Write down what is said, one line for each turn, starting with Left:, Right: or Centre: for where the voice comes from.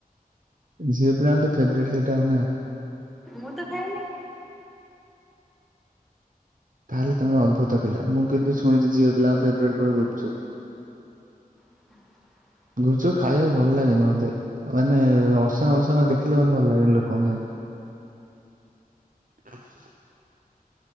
Right: ଝିଅ ପିଲାଙ୍କର ଫେଭରଟ ସେଇଟା ହବ ନା?
Centre: ମୁଁ ତ ଖାଇନି।
Right: ତାହେଲେ ତମେ ଅଦ୍ଭୁତ ପିଲା ମୁଁ କିନ୍ତୁ ଶୁଣିଛି ଝିଅ ପିଲାଙ୍କ ଫେବ୍ରେଟ କୁଆଡେ ଗୁପ୍ ଚୁପ୍।
Centre: <inaudible>
Right: ଗୁଚୁ ଖାଇବାକୁ ଭଲ ଲାଗେନି ମୋତେ। ମାନେ ଅସନା ମସନା ଦେଖିଲେ ମତେ ଭଲ ଲାଗେନି ଲୋକଙ୍କୁ ସାଇ। <inaudible>